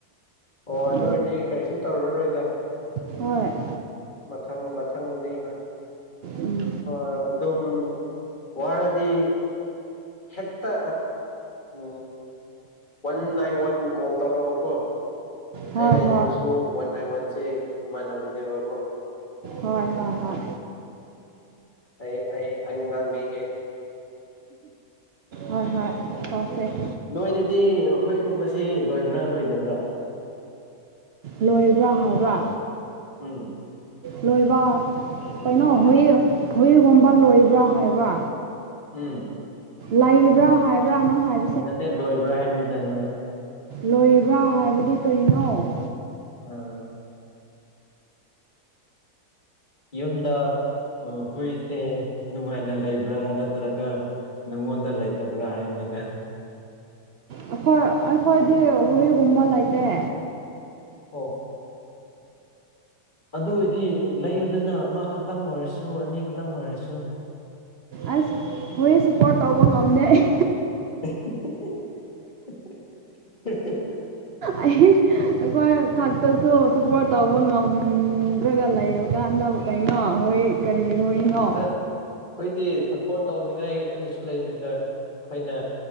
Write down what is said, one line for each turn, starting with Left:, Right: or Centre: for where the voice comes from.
Left: ꯑꯣ ꯑꯗꯨ
Right: ꯑꯗꯣ
Left: ꯑꯣꯏꯔꯗꯤ ꯀꯔꯤꯁꯨ ꯇꯧꯔꯔꯣꯏꯗ
Right: ꯍꯣꯏ ꯫
Left: ꯃꯊꯪ ꯃꯊꯪꯗꯗꯤ ꯍꯣꯏ
Right: ꯎꯝ
Left: ꯍꯣꯏ ꯑꯗꯨꯝ ꯋꯥꯔꯗꯤ ꯍꯦꯛꯇ ꯎ ꯋꯥꯟ ꯅꯥꯏꯟ ꯋꯥꯟ ꯀꯣꯜ ꯇꯧꯔꯛ ꯀꯣ
Right: ꯍꯣꯏ
Left: ꯑꯩ ꯂꯩꯇ꯭ꯔꯁꯨ
Right: ꯍꯣꯏ
Left: ꯋꯥꯟ ꯕꯥꯏ ꯋꯥꯟꯁꯦ ꯏꯃꯥꯟꯅꯕꯅꯦꯕꯀꯣ
Right: ꯍꯣꯏ ꯍꯣꯏ ꯍꯣꯏ
Left: ꯑꯩ ꯑꯩ ꯑꯩ ꯉꯥꯡꯕꯤꯒꯦ ꯫
Right: ꯍꯣꯏ ꯍꯣꯏ ꯀꯧꯁꯦ ꯫
Left: ꯅꯣꯏꯗꯗꯤ ꯍꯨꯏꯒꯨꯝꯕꯁꯤꯦ ꯂꯣꯏꯕ꯭ꯔꯥ ꯂꯣꯏꯗꯕ꯭ꯔꯥ ꯫
Right: ꯂꯣꯏꯕ ꯍꯥꯏꯕ
Left: ꯎꯝ
Right: ꯂꯣꯏꯕ ꯀꯩꯅꯣ ꯍꯨꯏ ꯍꯨꯏꯒꯨꯝꯕ ꯂꯣꯏꯕ꯭ꯔꯥ ꯍꯥꯏꯕ
Left: ꯎꯝ
Right: ꯂꯩꯕ꯭ꯔꯥ ꯍꯥꯏꯕ꯭ꯔꯥ ꯅꯪ ꯍꯥꯏꯕꯥ
Left: ꯅꯠꯇꯦ ꯂꯣꯏꯕ꯭ꯔꯥ ꯍꯥꯏꯕꯅꯤꯗ ꯅꯣꯏ
Right: ꯂꯣꯏꯔꯕ꯭ꯔꯥ ꯍꯥꯏꯕꯗꯤ ꯀꯔꯤꯅꯣ ꯫
Left: ꯑꯥ ꯫ ꯌꯨꯝꯗ ꯍꯨꯏꯁꯦ ꯅꯨꯡꯉꯥꯏꯅ ꯂꯩꯕ꯭ꯔꯥ ꯅꯠꯇ꯭ꯔꯒ ꯅꯪꯉꯣꯟꯗ ꯂꯩꯇꯕ꯭ꯔꯥ ꯍꯥꯏꯕꯅꯤꯗ ꯫
Right: ꯑꯩꯈꯣꯏ ꯑꯩꯈꯣꯏꯗꯤ ꯍꯨꯏꯒꯨꯝꯕ ꯂꯩꯇꯦ
Left: ꯑꯣ ꯑꯗꯨ ꯑꯣꯏꯗꯤ ꯂꯩꯌꯨꯗꯅ ꯑꯃ ꯈꯛꯇꯪ ꯑꯣꯏꯔꯁꯨ ꯑꯅꯤ ꯈꯛꯇꯪ ꯑꯣꯏꯔꯁꯨ ꯫
Right: ꯑꯁ ꯍꯣꯏ ꯁꯄꯣꯔꯠ ꯇꯧꯕ ꯉꯝꯗꯦ ꯑꯩ
Left: ꯍꯦ-ꯍꯦ-ꯍꯦ-ꯍꯦ-ꯍꯦ-ꯍꯦ-ꯍꯦ-ꯍꯦ
Right: ꯑꯩ ꯑꯩꯈꯣꯏ ꯈꯛꯇꯁꯨ ꯁꯄꯣꯔꯠ ꯇꯧꯕ ꯉꯝꯂꯒ ꯂꯩꯕ ꯀꯥꯟꯅꯕ ꯀꯩꯅꯣ ꯍꯣꯏ ꯀꯔꯤ ꯍꯣꯏꯅꯣ
Left: ꯑꯁ ꯑꯩꯈꯣꯏꯗꯤ ꯁꯞꯄꯣꯔꯠ ꯇꯧꯅꯤꯡꯉꯥꯏ ꯀꯔꯤꯁꯨ ꯂꯩꯇꯦꯗ ꯫ ꯑꯩꯈꯣꯏꯅ